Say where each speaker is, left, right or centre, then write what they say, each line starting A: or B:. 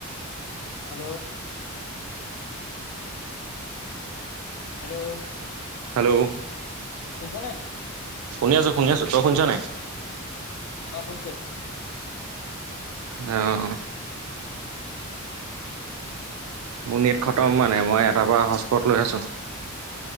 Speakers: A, on the left (about 80°); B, on the right (about 85°).
A: হেল্ল' হেল্ল'
B: হেল্ল'
A: কছ <unintelligible> নাই
B: শুনি আছো শুনি আছো তই শুনিছ নাই
A: অ শুনছো
B: আহ মোৰ নীট খতম মানে মই এটাৰ পৰা হস্পট লৈ আছোঁ